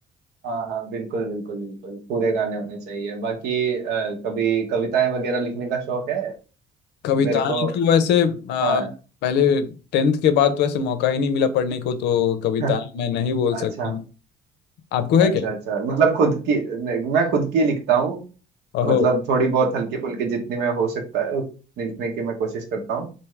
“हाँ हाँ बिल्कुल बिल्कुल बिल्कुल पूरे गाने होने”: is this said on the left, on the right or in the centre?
Right